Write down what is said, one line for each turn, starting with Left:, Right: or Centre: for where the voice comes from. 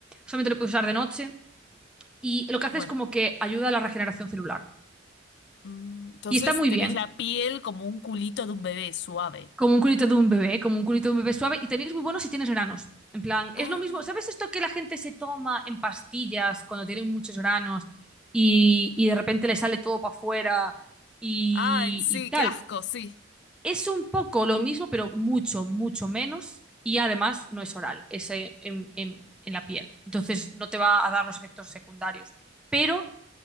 Centre: solamente lo puedes usar de noche. Y lo que
Left: Bueno,
Centre: hace es como que ayuda a la regeneración celular.
Left: mm, entonces
Centre: Y está muy
Left: tenés
Centre: bien,
Left: la piel como un culito de un bebé suave.
Centre: como un culito de un bebé, como un culito de un bebé suave. Y también es muy bueno si tienes granos. En plan, es
Left: Ah.
Centre: lo mismo. ¿Sabes esto que la gente se toma en pastillas cuando tienen muchos granos y, y de repente le sale todo para afuera y
Left: Ay, sí,
Centre: y tal?
Left: qué asco, sí.
Centre: Es un poco lo mismo, pero mucho, mucho menos. Y además no es oral, es eh, en, en- en la piel. Entonces no te va a dar los efectos secundarios. Pero